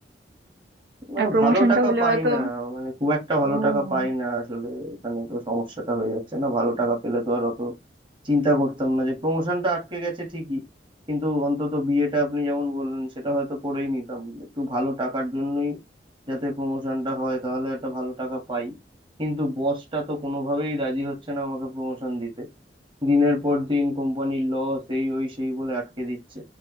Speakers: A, on the right; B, on the right.
A: না
B: আর প্রমোশনটা
A: ভালো টাকা
B: হলে
A: পাই
B: হয়তো
A: না মানে খুব একটা ভালো
B: ও
A: টাকা পাই না আসলে এখানে তো সমস্যাটা হয়ে যাচ্ছে না ভালো টাকা পেলে তো আর অত চিন্তা করতাম না যে প্রমোশনটা আটকে গেছে ঠিকই কিন্তু অন্তত বিয়েটা আপনি যেমন বললেন সেটা হয়তো করেই নিতাম একটু ভালো টাকার জন্যই যাতে প্রমোশনটা হয় তাহলে একটা ভালো টাকা পাই কিন্তু বসটা তো কোনোভাবেই রাজি হচ্ছে না আমাকে প্রমোশন দিতে দিনের পর দিন কোম্পানির লস এই ওই সেই বলে আটকে দিচ্ছে